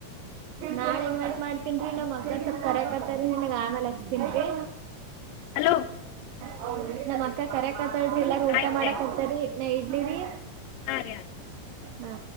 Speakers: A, on the right; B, on the left.
A: ನಾಳ ಇನ್ವಟ್ ಮಾಡ್ತನ್ನಾವ್ ಮಕ್ಳ ಸ್ವಲ್ಪ್ ಕರಕತಾರರಿ ನಂಗ ಆಮೇಲೆ ಹಚ್ತನ್ರಿ
B: ಹಲೋ
A: ಹೌದ ನಮ್ಮ್ ಅಕ್ಕ ಕರೆ ಕಾತಾಳ್ರಿ ಎಲ್ಲಾರ ಊಟ
B: ಆಯ್ತ್
A: ಮಾಡಕ್
B: ರೀ ಆಯ್ತ್
A: ಆಕ್ತಾರಿ ನಾ ಇಡ್ಲಿರಿ
B: ಹಾ ರೀ.
A: ಹಾ